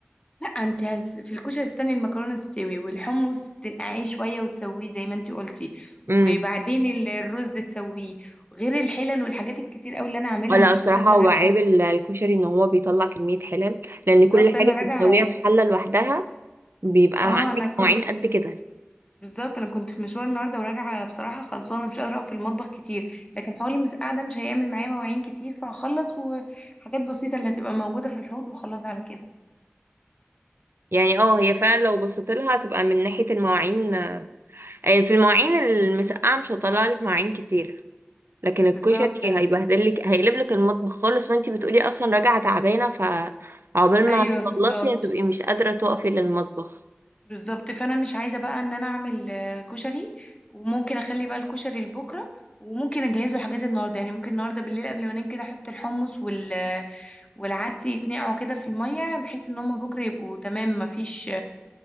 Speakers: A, on the left; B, on the right.
A: لا انت هز... في الكشري استني المكرونه تستوي والحمص تنقعيه شويه وتسويه زي ما انت قلتي
B: امم
A: وبعدين ال- الرز تسويه غير الحلل والحاجات الكتير قوي اللي انا عاملها
B: ولا
A: انا مش
B: بصراحة
A: قادره انا
B: هو
A: راجعه
B: عيب ال- الكشري ان هو بيطلع كمية حلل لان
A: بالظبط
B: كل
A: انا
B: حاجة
A: راجعه
B: بتسويها في حلة لوحدها بيبقى
A: اه
B: عندك
A: انا كنت
B: نوعين قد كده
A: بالظبط انا كنت في مشوار النهارده وراجعه بصراحه خلصانه مش قادره اقف في المطبخ كتير لكن حوار المسقعه ده مش هيعمل معايا مواعين كتير فهخلص وحاجات بسيطه اللي هتبقى موجوده في الحوض وخلاص على كده
B: يعني اه هي فعلا لو بصيت لها هتبقى من ناحية المواعين آه، في المواعين المسقعة مش هطلع لك مواعين كتير لكن الكشري
A: بالظبط
B: هيبهدل لك هيقلب لك المطبخ خالص وانتي بتقولي اصلا راجعة تعبانة فعقبال
A: ايوه
B: ما هتخلصي
A: بالظبط
B: هتبقي مش قادرة تقفي للمطبخ
A: بالظبط فانا مش عايزه بقى ان انا اعمل آه، كشري وممكن اخلي بقى الكشري لبكره وممكن اجهزه حاجات النهارده يعني ممكن النهارده بالليل قبل ما انام كده احط الحمص وال آه، والعدس يتنقعوا كده في الميه بحيث ان هم بكره يبقوا تمام ما فيش